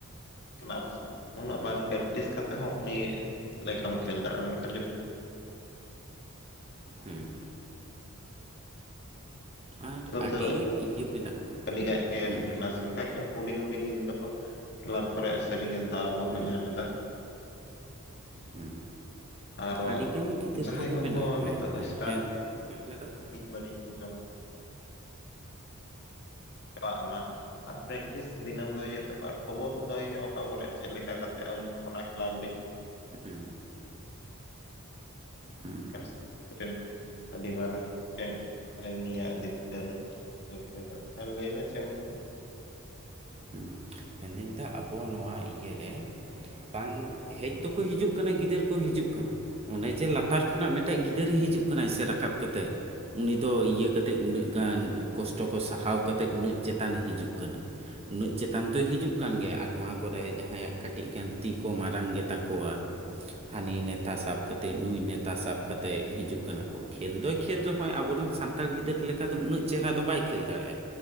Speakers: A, on the left; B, on the right.
A: <unintelligible> ᱩᱱᱟᱹᱜ ᱵᱟᱝ ᱯᱨᱮᱠᱴᱤᱥ ᱠᱟᱛᱮ ᱦᱚᱸ ᱩᱱᱤ ᱞᱮᱠᱟᱢ ᱠᱷᱮᱞ ᱫᱟᱲᱮᱭᱟᱜᱼᱟ ᱢᱮᱱᱠᱷᱟᱱ
B: ᱦᱩᱸ᱾ ᱟᱨ ᱟᱹᱰᱤ
A: ᱛᱟᱹᱣ
B: ᱤᱭᱟᱹ ᱢᱮᱱᱟᱜᱼᱟ
A: ᱟᱹᱰᱤ ᱜᱟᱱ ᱜᱮ
B: ᱦᱩᱸ᱾
A: <unintelligible> ᱦᱩᱰᱤᱧ ᱦᱩᱰᱤᱧ ᱜᱤᱫᱽᱨᱟᱹ ᱠᱚ ᱠᱮᱞᱟᱵᱽ ᱠᱚᱨᱮᱜ ᱥᱟᱹᱨᱤᱜᱮ ᱫᱟᱣ ᱠᱚᱠᱚ
B: ᱦᱮᱸ
A: ᱧᱟᱢ ᱮᱫᱟ᱾
B: ᱦᱮᱸ
A: ᱟᱨᱚ
B: ᱟᱹᱰᱤ ᱜᱟᱱ ᱜᱤᱫᱟᱹᱨ
A: ᱡᱟᱦᱟᱸᱭ
B: ᱠᱚᱜᱮ
A: ᱠᱚᱠᱚ
B: ᱢᱮᱱᱟᱜ ᱠᱚᱣᱟ᱾
A: ᱱᱤᱛᱚᱜ
B: ᱦᱮᱸ
A: ᱥᱴᱟᱨ
B: ᱦᱮᱸ ᱢᱮᱱᱮᱫᱟ <inaudible>
A: <unintelligible> <unintelligible> ᱟᱨ ᱯᱨᱮᱠᱴᱤᱥ ᱫᱤᱱᱟᱹᱢ ᱫᱚ ᱦᱚᱭᱳᱜ ᱛᱟᱠᱚᱣᱟ ᱟᱨ ᱠᱷᱚᱵᱚᱨ ᱠᱚ ᱫᱚᱦᱚᱭ ᱦᱩᱭᱩᱜᱜᱼᱟ ᱚᱠᱟ ᱠᱚᱨᱮ ᱪᱮᱫ ᱞᱮᱠᱟ ᱠᱟᱛᱮ ᱚᱱᱟ ᱠᱮᱞᱟᱵ ᱨᱮᱧ᱾
B: ᱦᱮᱸ᱾ ᱦᱮᱸ᱾
A: <unintelligible> ᱟᱰᱤᱢᱟᱨᱟᱱᱜ <unintelligible> ᱟᱱᱤᱭᱟᱜ ᱡᱤᱛᱠᱟᱹᱨ᱾ <unintelligible> ᱦᱮᱸ ᱞᱟᱹᱭ ᱢᱮ ᱪᱮᱜ ᱮᱢ ᱞᱟᱹᱭᱮᱫ ᱛᱟᱦᱮᱫ?
B: ᱦᱮᱸ ᱢᱮᱱᱫᱟᱹᱧ ᱫᱟ ᱟᱵᱚ ᱱᱚᱣᱟ ᱤᱭᱟᱹ ᱨᱮ ᱵᱟᱝ, ᱦᱮᱡ ᱫᱚᱠᱚ ᱦᱤᱡᱩᱜ ᱠᱟᱱᱟ ᱜᱤᱫᱟᱹᱨ ᱠᱚ ᱦᱤᱡᱩᱜ ᱠᱟᱱᱟ᱾ ᱚᱱᱮ ᱡᱮ ᱞᱟᱛᱟᱨ ᱠᱷᱚᱱᱟᱜ ᱢᱮᱫᱴᱮᱡ ᱜᱤᱫᱽᱨᱟᱹᱭ ᱦᱤᱡᱩᱜ ᱠᱟᱱᱟᱭ ᱥᱮ ᱨᱟᱠᱟᱵ ᱠᱟᱛᱮᱜ᱾ ᱩᱱᱤ ᱫᱚ ᱤᱭᱟᱹ ᱠᱟᱛᱮᱫ ᱩᱱᱟᱹᱜ ᱜᱟᱱ ᱠᱚᱥᱴᱚ ᱠᱚ ᱥᱟᱦᱟᱣ ᱠᱟᱛᱮᱫ ᱩᱱᱟᱹᱜ ᱪᱮᱛᱟᱱᱮ ᱦᱤᱡᱩᱜ ᱠᱟᱱᱟᱭ᱾ ᱩᱱᱟᱹᱜ ᱪᱮᱛᱟᱱ ᱛᱚᱭ ᱦᱤᱡᱩᱜ ᱠᱟᱱ ᱜᱮᱭᱟ᱾ ᱟᱨ ᱱᱚᱣᱟ ᱠᱚᱨᱮ ᱡᱟᱦᱟᱸᱭᱟᱜ ᱠᱟᱹᱴᱤᱡ ᱜᱟᱱ ᱛᱤ ᱠᱚ ᱢᱟᱨᱟᱝ ᱜᱮᱛᱟ ᱠᱚᱣᱟ ᱦᱟᱹᱱᱤ ᱱᱮᱛᱟ ᱥᱟᱵ ᱠᱟᱛᱮᱫ ᱱᱩᱭ ᱱᱮᱛᱟ ᱥᱟᱵ ᱠᱟᱛᱮᱮᱫ ᱦᱤᱡᱩᱜ ᱠᱟᱱᱟ ᱠᱚ, ᱠᱷᱮᱞ ᱫᱚᱭ ᱠᱷᱮᱞᱞ ᱨᱮᱦᱚᱸᱭ ᱟᱵᱚᱨ ᱨᱮᱱ ᱥᱟᱱᱛᱟᱲ ᱜᱤᱫᱟᱹᱨ ᱞᱮᱠᱟ ᱫᱚ ᱩᱱᱟᱹᱜ ᱪᱮᱦᱨᱟ ᱫᱚ ᱵᱟᱭ ᱠᱷᱮᱞ ᱫᱟᱲᱮᱭᱟᱜᱼᱟ